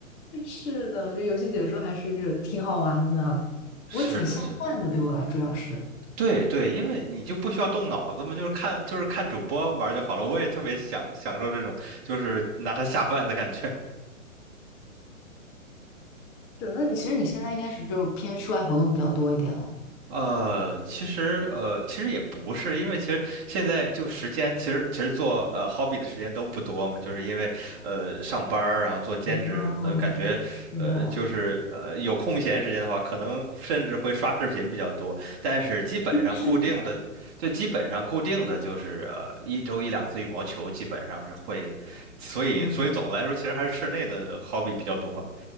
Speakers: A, on the left; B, on the right.
A: 是的，这游戏解说还是挺好玩的，
B: <laughs> 是的，
A: 不过挺下饭的，
B: 是的，
A: 对我来主要是。
B: 对对，因为你就不需要动脑子嘛，就是看就是看主播玩儿就好了。我也特别享享受这种就是拿它下饭的感觉。
A: 是，那你其实你现在应该是就偏室外活动比较多一点了。
B: 呃，其实呃，其实也不是，因为其实现在就时间，其实其实做呃 hobby 的时间都不多嘛，就是因为呃上班儿，然后做兼职什么的，
A: 啊，
B: 感觉呃就是呃有空闲时间的话，
A: 是的，
B: 可能甚至会刷视频比较多，但是基本上固定的，
A: 是的，
B: 就基本上固定的就是呃一周一两次羽毛球，基本上是会的，所以所以总的来说，
A: 嗯，
B: 其实还是室内的 hobby 比较多。